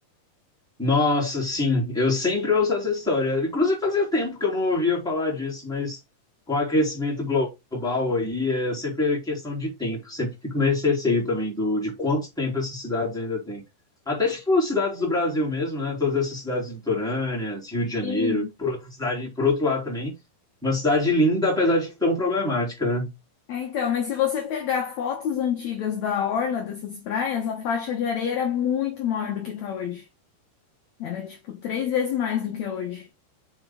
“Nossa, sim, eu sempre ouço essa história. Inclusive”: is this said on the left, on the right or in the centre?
Centre